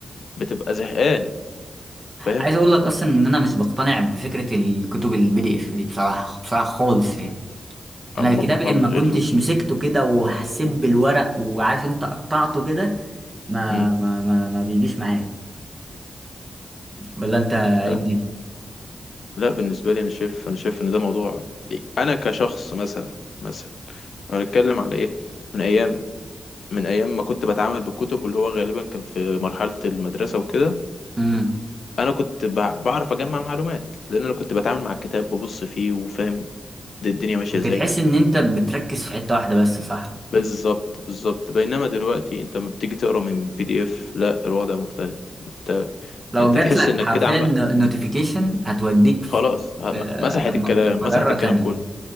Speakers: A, on the left; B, on the right.
A: بتبقى زهقان فاهم
B: عايز اقول لك اصلا ان انا مش بقتنع بفكره الكتب البي دي اف دي بصراحه بصراحه خالص يعني انا
A: امال
B: الكتاب اما كنتش
A: ايه الفكرة
B: مسكته كده وحسيت بالورق وعارف انت قطعته كده ما
A: مم.
B: ما ما ما بيجيش معايا ولا انت ايه
A: ف...
B: الدنيا
A: لا بالنسبة لي انا شايف انا شايف ان ده موضوع انا كشخص مثلا مثلا هنتكلم على ايه من ايام من ايام ما كنت بتعامل بالكتب واللي هو غالبا كان في مرحله المدرسه وكده
B: امم
A: انا كنت بع- بعرف اجمع معلومات لان انا كنت بتعامل مع الكتاب ببص فيه وفاهم د- الدنيا ماشيه
B: كنت
A: ازاي
B: تحس ان انت بتركز في حتة واحدة بس صح
A: بالظبط بالظبط بينما دلوقتي انت لما بتيجي تقرا من بي دي اف لا الوضع مختلف انت
B: لو
A: انت
B: جات
A: تحس
B: لك
A: انك
B: حرفيا
A: كده عم
B: نوتيفيكيشن هتوديك في
A: خلاص هم-
B: في
A: مسحت
B: م-
A: الكلام
B: مجرة
A: مسحت الكلام
B: تانية
A: كله